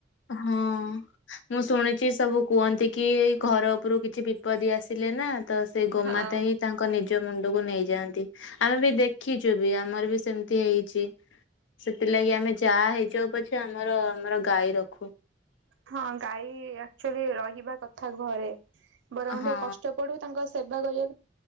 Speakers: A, on the left; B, on the right.
A: ହଁ ମୁଁ ଶୁଣିଛି ସବୁ ସବୁ କୁହନ୍ତି କି ଘର ଉପରୁ କିଛି ବିପଦ ଆସିଲେ ନା ତ ସେ ଗୋମାତା
B: ହଁ।
A: ହିଁ ତାଙ୍କ ନିଜ ନିଜ ମୁଣ୍ଡକୁ ନେଇଯାଆନ୍ତି। ଆମେ ବି ଦେଖିଛୁ ବି ଆମର ବି ସେମିତି ହେଇଛି ସେଥିଲାଗି ଆମେ ଯାହା ହେଇଯାଉ ପଛେ ଆମର ଆମର ଗାଈ ରଖୁ।
B: ହଁ ଗାଈ ଚ୍ବଲି ରହିବା କଥା ଘରେ ବରଂ
A: ହଁ
B: ଟିକେ କଷ୍ଟ ପଡୁ ତାଙ୍କ ସେବା କରିବା